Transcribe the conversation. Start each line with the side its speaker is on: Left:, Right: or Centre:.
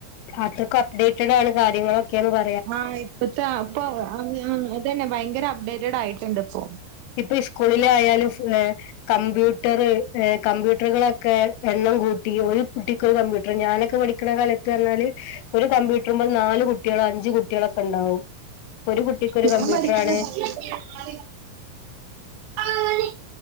Left: അതൊക്കെ അപ്ഡേറ്റഡ് ആയ കാര്യങ്ങളൊക്കെയാന്ന് പ
Right: ആഹ് ഇപ്പൊത്തെ ഇപ്പൊ അതന്നെ ഭയങ്കര അപ്ഡേറ്റഡ് ആയിട്ടുണ്ട് ഇപ്പോ
Left: ഇപ്പൊ ഈ സ്കൂളിലായാലും പിന്നെ കമ്പ്യൂട്ടറ് കമ്പ്യൂട്ടറുകളൊക്കെ എണ്ണം കൂട്ടി ഒരു കുട്ടിക്കൊരു കമ്പ്യൂട്ടർ ഞാനൊക്കെ പഠി കണ കാലത്ത് പറഞ്ഞാല് ഒരു കമ്പ്യൂട്ടറുമേ നാല് കുട്ടികള് അഞ്ചു കുട്ടികളൊക്കെ ഉണ്ടാവും ഒരു കുട്ടിക്ക് ഒരു
Right: ഞാൻ
Left: കമ്പ്യൂട്ടറാണ്
Right: പഠിക്കുന്ന സമയത്ത് പറഞ്ഞാല് നാല്